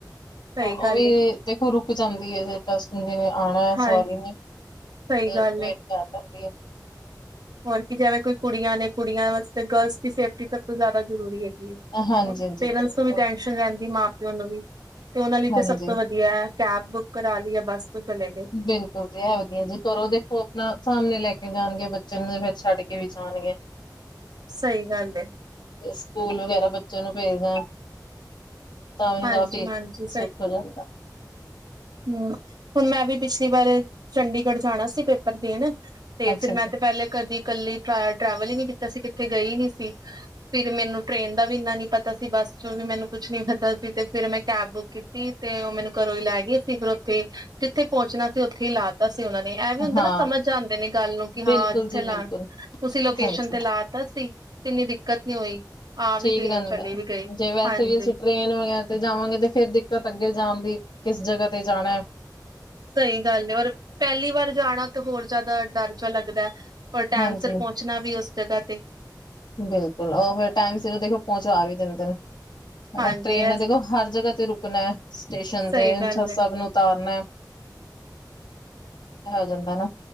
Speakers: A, on the right (about 65°); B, on the left (about 80°).
A: ਸਹੀ
B: ਹਾ
A: ਗੱਲ
B: ਓ ਵੀ
A: ਏ
B: ਦੇਖੋ ਰੁਕ ਜਾਂਦੀ ਏ <unintelligible> ਨੇ ਆਣੈ
A: ਹਾਂ
B: ਸਵਾਰੀ ਨੇ ਥੋੜੀ
A: ਸਹੀ
B: ਦੇਰ
A: ਗੱਲ
B: ਵੇਟ
A: ਏ
B: ਕਾਰ ਲੈਂਦੀ ਏ।
A: ਹੋਰ ਕੀ ਜੈਵੇ ਕੋਈ ਕੁੜੀਆਂ ਨੇ ਕੁੜੀਆਂ ਵਸਤੇ ਗੱਲਸ ਦੀ ਸੇਫਟੀ ਸੱਬ ਤੋ ਜਾਦਾ ਜਰੂਰੀ ਐਗੀ ਏ।
B: ਹਾਂਜੀ-ਹਾਂਜੀ
A: ਹੁਨ ਪੇਰੇਂਸ
B: ਬਿਲਕੁਲ
A: ਨੂੰ ਵੀ ਟੈਸ਼ਨ ਰੈਂਦੀ ਮਾਂ-ਪਯੈ ਨੂੰ ਵੀ, ਤੇ ਓਨਾਂ ਲਈ ਤੇ
B: ਹਾਂਜੀ
A: ਸੱਬ ਤੋ ਵਦੀਐ। ਕੈਬ ਬੁੱਕ ਕਰਾ ਲੀ ਯਾ ਬੱਸ ਤੋ ਚਲੇ ਗੇ।
B: ਬਿਲਕੁਲ ਜੀ ਐ ਵਦੀਆ ਜੇ ਘੱਰੋ ਦੇਖੋ ਅਪਨਾ ਸਾਮਨਯੋ ਲੈ ਕੇ ਜਾਨਗੇ ਬੱਚੇ ਨੂੰ ਤੇ ਫੇਰ ਛੱਡ ਕੇ ਵੀ ਜਾਨਗੇ। <inaudible>
A: ਸਈ ਗਾੱਲ ਏ।
B: ਫੇਰ ਸਕੂਲ ਵਗੈਰਾ ਬੱਚੇ ਨੂੰ ਭੇਜਣਾ ਤਾਂ ਵੀ
A: ਹਾਂਜੀ
B: ਕਾਫੀ,
A: ਹਾਂਜੀ
B: ਸੁੱਖ ਹੋ ਜਾਂਦਾ
A: ਹੁ ਹੁਣ ਮੈਂ ਵੀ ਪਿਛਲੀ ਵਾਰ ਚੰਡੀਗੜ੍ਹ ਜਾਣਾ ਸੀ ਪੇਪਰ ਦੇਣ ਤੇ
B: ਅੱਛਾ-ਅੱਛਾ
A: ਫਿਰ ਮੈਂ ਤੇ ਪੈਲੇ ਕਦੀ ਕੱਲੀ ਟਰੈ, ਟਰੈਵਲ ਈ ਨੀ ਕੀਤਾ ਸੀ, ਕਿਥੇ ਗਈ ਨੀ ਸੀ। ਫਿਰ ਮੈਨੂੰ ਟ੍ਰਰੇਨ ਦਾ ਵੀ ਇੰਨਾ ਨੀ ਪਤਾ ਸੀ, ਬੱਸ ਚ ਵੀ ਮੈਨੂੰ ਕੁਛ ਨੀ ਪ ਸੀ, ਤੇ ਫੇਰ ਮੈਂ ਕੈਬ ਬੁੱਕ ਕੀਤੀ ਤੇ ਓ ਮੈਨੂੰ ਘਰੋਂ ਹੀ ਲੈ ਗਏ ਸ ਫਿਰ ਓਥੇ, ਜਿੱਥੇ ਪੋਚਣਾ ਸੀ, ਉੱਥੇ ਈ ਲਾਤਾ ਸੀ ਓਨਾਂ ਨੇ। ੲੈ ਵੀ ਹੁੰਦਾ
B: ਹਾਂ
A: ਨਾ, ਸਮਝ ਜਾਦੇ ਨੇ ਗੱਲ ਨੂੰ ਕਿ ਹਾਂ,
B: ਬਿਲਕੁਲ
A: ਜਿੱਥੇ
B: ਜੀ
A: ਲਾਣ,
B: ਬਿਲਕੁਲ
A: ਤੁਸੀਂ ਲੋਕੇਸ਼ਨ
B: ਹਾਂਜੀ
A: ਤੇ ਲਾ ਪਸੀ, ਤਿੰਨੀ ਦਿੱਕਤ ਨੀ ਹੋਈ ਆ,
B: ਠੀਕ
A: ਵੀ ਗਏ
B: ਰਹਿੰਦਾ
A: ਓ ਚਲੇ
B: ਹੈ।
A: ਵੀ ਗਏ,
B: ਜੇ ਵੈਸੇ
A: ਹਾਂਜੀ
B: ਵੀ ਅਸੀਂ ਟ੍ਰੇਨ ਵਗੈਰਾ ਤੇ ਜਾਵਾਂਗੇ ਤੇ ਫੇਰ ਦਿੱਕਤ ਅੱਗੇ ਜਾਣ ਦੀ, ਕਿਸ ਜਗ੍ਹਾ ਤੇ ਜਾਣਾ ਐ।
A: ਸਈ ਗੱਲ ਔਰ, ਪੈਲੀ ਵਾਰ ਜਾਣਾ ਤਾਂ ਹੋਰ ਜਾਦਾ ਡੱਰ ਪੇਆ ਲੱਗਦਾ। ਔਰ ਟੈਮ
B: ਹਾਂਜੀ
A: ਸੇਰ ਪੋਚਣਾ ਵੀ ਉਸ ਜਗ੍ਹਾ ਤੇ
B: ਬਿਲਕੁਲ ਓ ਫੇਰ ਟਾਈਮ ਸਿਰ ਦੇਖੋ ਪੋਚਾ, ਵੀ ਦਿੰਦੇ ਨੇ। ਹਨਾ,
A: ਹਾਂਜੀ
B: ਟ੍ਰੇਨ
A: ਇਹ
B: ਨੇ ਦੇਖੋ ਹਰ ਜਗਾ ਤੇ ਰੁਕਣੈ ਸਟੇਸ਼ਨ
A: ਸਹੀ
B: ਤੇ,
A: ਗੱਲ
B: ਛ
A: ਹੈ।
B: ਸਭ ਨੂੰ ਤਾਰਨੈ, ਹੋ ਜਾਂਦਾ ਨਾ